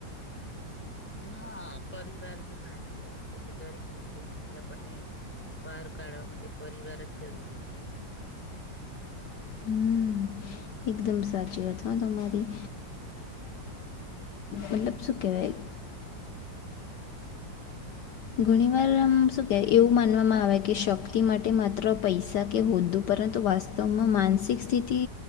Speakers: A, in the centre; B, on the left.
A: હા, પરિવાર તો સાચી વાત છે, કે દરેક મુશ્કેલથી આપણને બહાર કાઢવા માટે પરિવાર જ જરૂરી છે. હમમ.
B: હમ એકદમ સાચી કરતો તમારી. મતલબ સુકેે. ઘણી વાર આમ શું કે, એવું માનવામાં આવે કે શક્તિ માટે. માટે માત્ર પૈસા કે હોદ્દું, પરંતુ વાસ્તવમાં માનસિક સ્થિતિ